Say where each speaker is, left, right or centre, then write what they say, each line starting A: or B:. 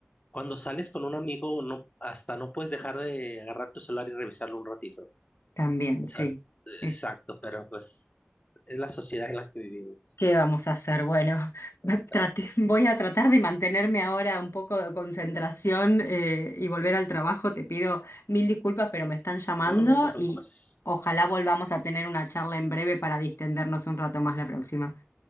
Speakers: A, on the left; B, on the left.
A: cuando sales con un amigo, no, hasta no puedes dejar de agarrar tu celular y revisarlo un ratito.
B: También,
A: O sea,
B: sí. Es,
A: exacto, pero pues es la sociedad en la que vivimos.
B: ¿qué vamos a hacer? Bueno, <laughs>
A: Exacto.
B: trate- voy a tratar de mantenerme ahora un poco de concentración eh, y volver al trabajo. Te pido mil disculpas, pero me están llamando
A: No, no te
B: y
A: preocupes.
B: ojalá volvamos a tener una charla en breve para distendernos un rato más la próxima.